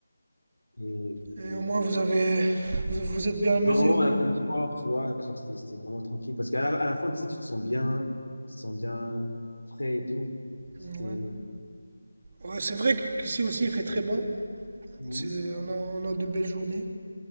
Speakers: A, on the left (about 85°); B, on the right (about 30°).
A: Et,
B: Et
A: et-
B: au moins, vous avez, vous vous êtes bien amusé
A: Ah bon,
B: au
A: on
B: moins.
A: a fait le sport, tu vois. Genre, c'était c'était vraiment tranquille. Parce qu'à la, à la fin, tu sais, tu te sens bien. Tu te sens bien frais et tout. C'était.
B: Ouais. Ouais, c'est vrai qu'ici aussi, il fait très bon.
A: Mhm.
B: C'est, on a, on a de belles journées.